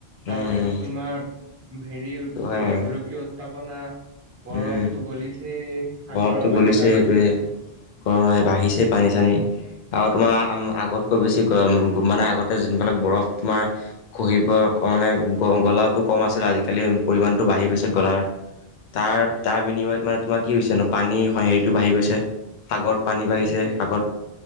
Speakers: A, on the left (about 55°); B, on the right (about 20°).
A: উম
B: তাৰ
A: উম উম
B: পাছত তোমাৰ হেৰি
A: সেইটো হয় বাৰু
B: গোলকীয় উত্তাপনা। বৰফতটো
A: উম
B: গলিছে, সাগৰৰ
A: বৰফটো
B: পানী
A: গলিছে
B: বাঢ়িছে।
A: সেইটোৱে গৰম আহে বাঢ়িছে পানী-চানী। আৰু তোমাৰ আগতকৈ বেছি গৰম মানে আগতে যোনবিলাক বৰফ তোমাৰ খহি পৰে মানে গলাটো কম আছিলে আজিকালি পৰিমাণটো বাঢ়ি গৈছে গলাৰ। তাৰ-তাৰ বিনিময়ত
B: সে-
A: মানে তোমাৰ কি হৈছে নো, পানী হেৰিটো বাঢ়ি গৈছে। সাগত পানী বাঢ়িছে
B: সেইটোৱে
A: সাগত